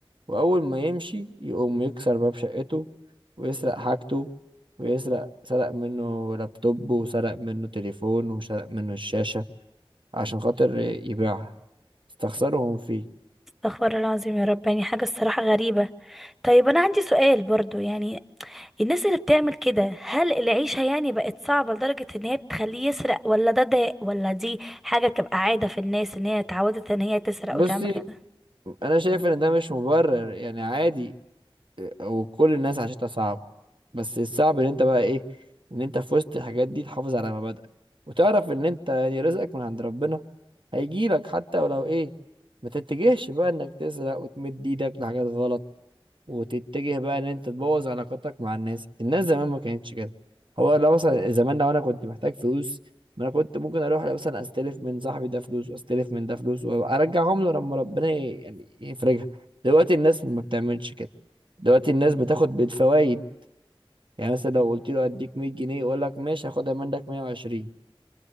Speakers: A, on the right; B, in the centre.
A: وأول ما يمشي يقوم يكسر باب شقته ويسرق حاجته ويسرق سرق منه لابتوب وسرق منه تليفون وسرق منه الشاشة عشان خاطر يبيعها استخسرهم فيه
B: استغفر الله العظيم يا رب يعني حاجة الصراحة غريبة طيب أنا عندي سؤال برضو يعني الناس اللي بتعمل كده هل العيشة يعني بقت صعبة لدرجة إن هي بتخليه يسرق ولا ده ده ولا دي حاجة بتبقى عادة في الناس إن هي اتعودت إن هي تسرق
A: بصي
B: وتعمل كده
A: أنا شايف إن ده مش مبرر يعني عادي وكل الناس عاشتها صعبة بس الصعب إن أنت بقى إيه إن أنت في وسط الحاجات دي تحافظ على مبادئك وتعرف إن أنت يعني رزقك من عند ربنا هيجيلك حتى ولو إيه ما تتجهش بقى انك تسرق وتمد ايدك لحاجات غلط وتتجه بقى ان انت تبوظ علاقاتك مع الناس الناس زمان ما كانتش كده هو لو مثلا زمان لو انا كنت محتاج فلوس ما انا كنت ممكن اروح مثلا استلف من صاحبي ده فلوس واستلف من ده فلوس وارجعهم له لما ربنا ي- يعني يفرجها دلوقتي الناس ما بتعملش كده دلوقتي الناس بتاخد بالفوائد يعني مثلا لو قلت له اديك 100 جنيه يقول لك ماشي هاخدها منك 120